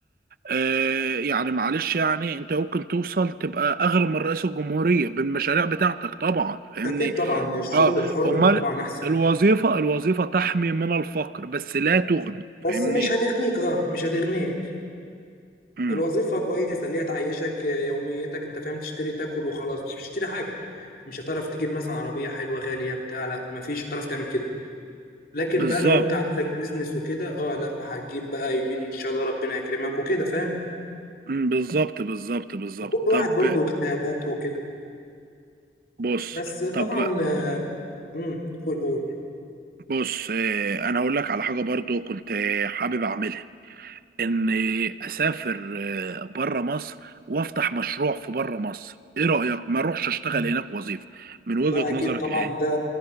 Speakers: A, on the right (about 50°); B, on the left (about 55°).
A: آه، يعني معلش يعني انت ممكن توصل تبقى اغلى من رئيس الجمهورية بالمشاريع بتاعتك طبعا فاهمني
B: اكيد طبعا يعني الشغل
A: اه
B: الحر
A: امال
B: طبعا احسن
A: الوظيفة الوظيفة تحمي من الفقر بس لا تغني
B: بس
A: فاهمني
B: مش هتغنيك اه مش هتغنيك
A: امم
B: الوظيفه كويسه اللي هي تعيشك آه، يوميتك انت فاهم تشتري تاكل وخلاص مش بتشتري حاجه مش هتعرف تجيب مثلا عربيه حلوه غاليه بتاع لا مفيش هتعرف تعمل كده لكن
A: بالظبط
B: بقى لو انت عندك بيزنس وكده اه لا هتجيب بقى يمين وان شاء الله ربنا يكرمك وكده فاهم
A: امم بالظبط بالظبط بالظبط
B: وكل
A: طب
B: واحد برضه اجتهاداته وكده
A: بص
B: بس طبعا
A: طب
B: امم قول قول
A: بص آه، انا هقول لك على حاجه برضو كنت آه، حابب اعملها ان آه، اسافر آه، بره مصر وافتح مشروع في بره مصر ايه رايك ما اروحش اشتغل هناك وظيفه من وجهه
B: لا اكيد
A: نظرك
B: طبعا
A: ايه
B: ده